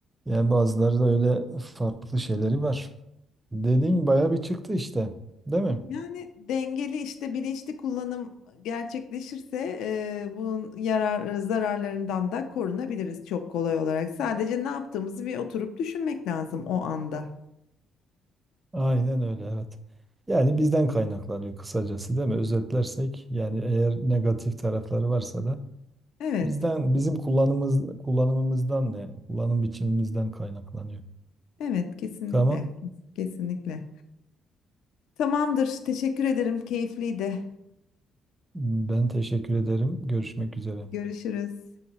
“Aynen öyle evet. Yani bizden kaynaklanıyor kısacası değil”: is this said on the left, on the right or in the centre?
Right